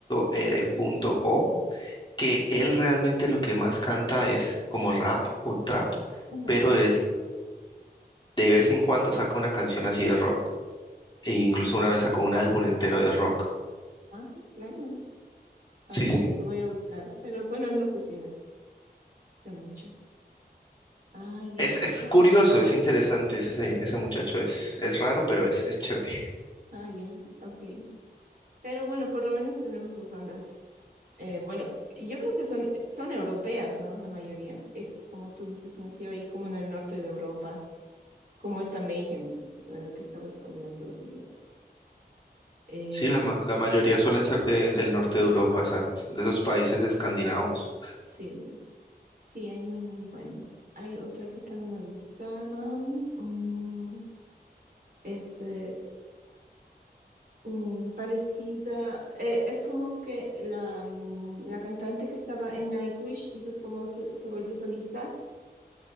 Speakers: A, on the left; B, on the right.
A: R. O. que él realmente lo que más canta es como rap o trap,
B: Ajá.
A: pero él de vez en cuando saca una canción así de rock, e incluso una vez sacó un álbum entero de rock.
B: Ah, qué extraño. Ah,
A: Sí,
B: ya,
A: sí.
B: lo voy a buscar, pero bueno, no sé si me da mucho. Ah, ya,
A: Es,
B: o
A: es
B: sea,
A: curioso, es interesante ese, se- ese muchacho, es, es raro, pero es, es chévere.
B: ah, ya, ok. Pero bueno, por lo menos tenemos las bandas. eh, bueno, y yo creo que son, son europeas, ¿no? La mayoría. Eh, como tú dices, nació ahí como en el norte de Europa, como esta Mayhem de la que estabas hablando. y de- Eh,
A: Sí, la, ma- la mayoría suelen ser de- del
B: sí,
A: norte de Europa, exacto, de esos países escandinavos.
B: sí, sí, hay muy, muy buenas. Hay otra que también me gustaba. mm, es eh, mm, parecida. eh, es como que la, mm, la cantante que estaba en Nightwish hizo como se se volvió solista.